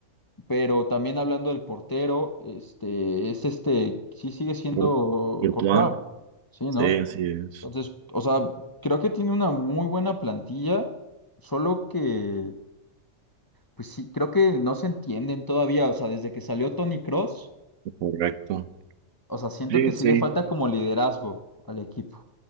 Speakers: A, on the left; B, on the right.
A: pero también hablando del portero, este, es este, sí sigue siendo
B: Por Courtois.
A: Courtois, sí,
B: sí,
A: ¿no?
B: así es,
A: Entonces, o sea, creo que tiene una muy buena plantilla, solo que, pues sí, creo que no se entienden todavía, o sea, desde que salió Tony Cross,
B: correcto.
A: o sea, siento
B: Sí,
A: que sí
B: sí.
A: le falta como liderazgo al equipo.